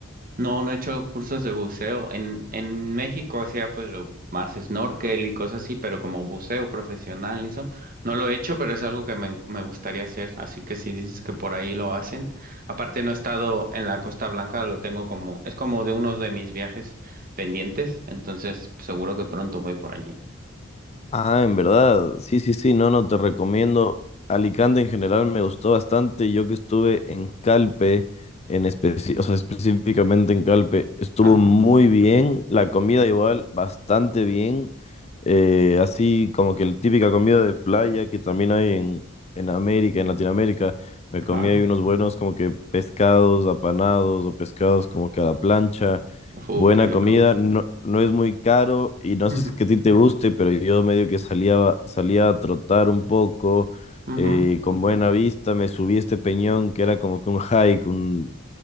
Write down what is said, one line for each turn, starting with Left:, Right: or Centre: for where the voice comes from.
Right: No, no he hecho cursos de buceo. En, en México hacía pues lo más snorkel y cosas así, pero como buceo profesional y eso, no lo he hecho, pero es algo que me, me gustaría hacer. Así que si dices que por ahí lo hacen, aparte no he estado en la Costa Blanca, lo tengo como, es como de uno de mis viajes pendientes, entonces seguro que pronto voy por allí.
Left: Ah, en verdad, sí, sí, sí, no, no, te recomiendo. Alicante en general me gustó bastante. Yo que estuve en Calpe, en especi- o sea, específicamente en Calpe, estuvo
Right: Ajá,
Left: muy bien. La comida igual, bastante bien. Eh, así como que la típica comida de playa que también hay en, en América, en Latinoamérica. Me
Right: ajá.
Left: comí ahí unos buenos como que pescados apanados o pescados como que a la plancha
Right: Uf,
Left: Buena
Right: qué rico.
Left: comida, no, no es muy caro y no
Right: <laughs>
Left: sé
Right: Ujú,
Left: si es que a ti te guste, pero yo medio que salía, salía a trotar un poco
Right: ujú,
Left: eh, con buena vista, me subí a este peñón que era como que un hike, un